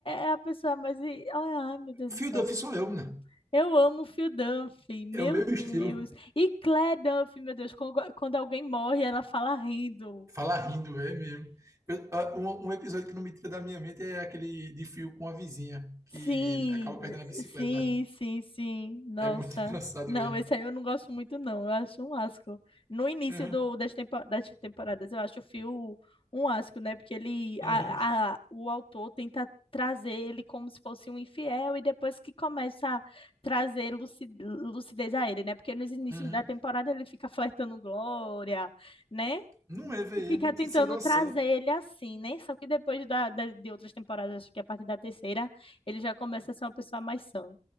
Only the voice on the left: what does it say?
é a pessoa mais. i- Ai, ai, meu Deus
do céu.
Eu amo Phil Dunphy, meu
Deus.
E Claire Dunphy, meu Deus, quando quando alguém morre, ela fala rindo.
Sim,
eh,
sim, sim, sim. Nossa.
Não,
esse aí eu não gosto muito, não. Eu acho um asco. No início
do, das, tempo- das temporadas, eu acho o Phil um asco, né? Porque ele,
a, a- o autor tenta trazer ele como se fosse um infiel e depois que começa a trazer luci- lucidez a ele, né? Porque nos inícios
da temporada ele fica flertando Glória, né?
Fica
tentando
trazer ele assim, né? Só que depois da, da- de outras temporadas, acho que a partir da terceira. Ele já começa a ser uma pessoa mais sã.